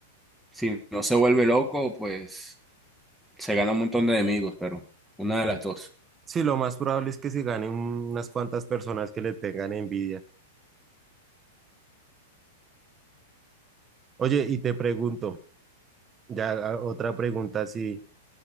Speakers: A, in the centre; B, on the right (about 20°).
A: Si no se vuelve loco, pues se gana un montón de enemigos, pero una de las dos.
B: Sí, lo más probable es que se ganen unas cuantas personas que le tengan envidia. Oye, y te pregunto, ya a- otra pregunta así.